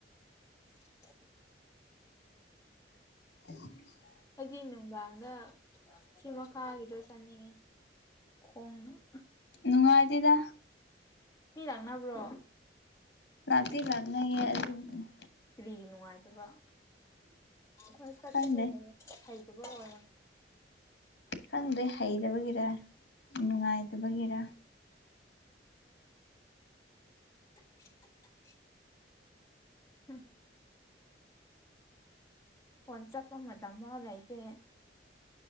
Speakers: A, on the left; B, on the left.
A: <inaudible>
B: <inaudible>
A: ꯍꯥꯏꯗꯤ ꯅꯨꯡꯗꯥꯡꯗ ꯁꯤ ꯃꯈꯥꯒꯤꯗꯣ ꯆꯠꯅꯤꯡꯉꯦ ꯍꯣꯡꯣꯡ
B: ꯅꯨꯡꯉꯥꯏꯇꯦꯗ
A: ꯃꯤ ꯂꯥꯛꯅꯕ꯭ꯔꯣ
B: ꯔꯥꯇ ꯂꯥꯛꯅꯌꯦ ꯑꯗꯨ ꯑꯗꯨ
A: ꯀꯔꯤꯒꯤ ꯅꯨꯡꯉꯥꯏꯇꯕ ꯍꯣꯏ ꯆꯠꯒꯦ
B: ꯈꯪꯗꯦ
A: ꯍꯥꯏ ꯍꯩ ꯁꯤꯨꯕ
B: ꯈꯪꯗꯦ ꯍꯩꯇꯕꯒꯤꯔ ꯅꯨꯡꯉꯥꯏꯇꯕꯒꯤꯔ
A: <inaudible> ꯍꯝ ꯐꯟ ꯆꯄꯃ ꯇꯃꯂꯥꯏꯇ